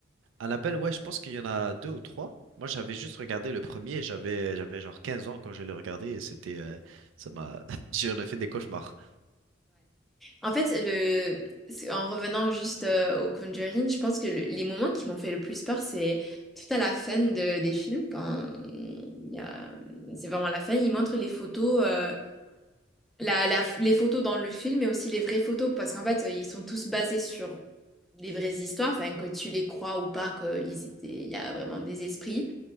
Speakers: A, on the right (about 80°); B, in the centre.
A: Annabelle, ouais, je pense qu'il y en a deux ou trois. Moi, j'avais juste regardé le premier, j'avais j'avais genre 15 ans quand je l'ai regardé et c'était euh, ça m'a <laughs> j'en ai fait des cauchemars.
B: En fait, le... c'est- en revenant juste euh, au Conjuring, je pense que le- les moments qui m'ont fait le plus peur, c'est tout à la fin de- des films, quand il y a... c'est vraiment la fin, ils montrent les photos, euh, la, la- les photos dans le film, mais aussi les vraies photos, parce qu'en fait, ils sont tous basés sur des vraies histoires, enfin, que tu les crois ou pas, qu'ils étaient... il y a vraiment des esprits.